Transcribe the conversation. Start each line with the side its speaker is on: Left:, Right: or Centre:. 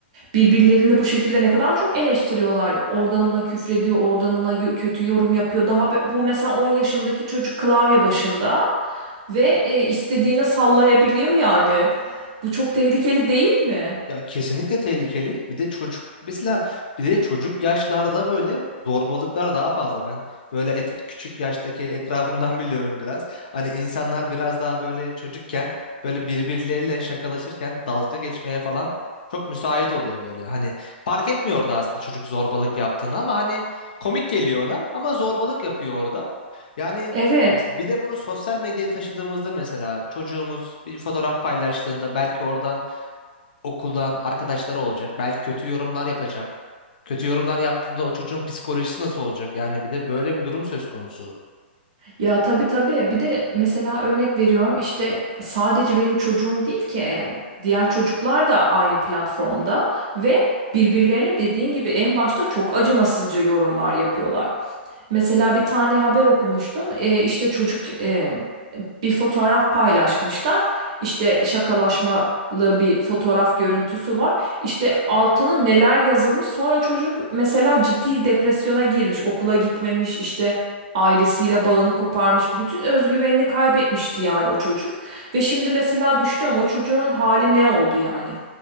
Right: Birbirlerini bu şekilde ne kadar çok eleştiriyorlar. Oradan ona küfrediyor, oradan ona yo- kötü yorum yapıyor. Daha be- bu mesela 10 yaşındaki çocuk klavye başında ve e, istediğine sallayabiliyor yani. Bu çok tehlikeli değil mi?
Left: Ya kesinlikle tehlikeli. Bir de çocuk mesela bir de çocuk yaşlarda böyle zorbalıklar daha fazla. Ben böyle et- küçük yaştaki etrafımdan <laughs> biliyorum biraz. Hani insanlar biraz daha böyle çocukken böyle birbirleriyle şakalaşırken dalga geçmeye falan çok müsait oluyor böyle. Hani fark etmiyor orada aslında çocuk zorbalık yaptığını ama hani komik geliyor ona ama zorbalık yapıyor orada. Yani
Right: Evet
Left: bir de bunu sosyal medyaya taşıdığımızda mesela çocuğumuz bir fotoğraf paylaştığında belki oradan okuldan arkadaşları olacak. Belki kötü yorumlar yapacak. Kötü yorumlar yaptığında o çocuğun psikolojisi nasıl olacak? Yani bir de böyle bir durum söz konusu.
Right: ya tabii tabii bir de mesela örnek veriyorum işte sadece benim çocuğum değil ki e, yani diğer çocuklar da aynı platformda ve birbirlerine dediğin gibi en başta çok acımasızca yorumlar yapıyorlar. Mesela bir tane haber okumuştum. Ee, işte çocuk e, bir fotoğraf paylaşmışlar. İşte şakalaşmalı bir fotoğraf görüntüsü var. İşte altına neler yazılmış. Sonra çocuk mesela ciddi depresyona girmiş. Okula gitmemiş işte ailesiyle bağını koparmış. Bütün özgüvenini kaybetmişti yani o çocuk. Ve şimdi mesela düşünüyorum o çocuğun hali ne oldu yani?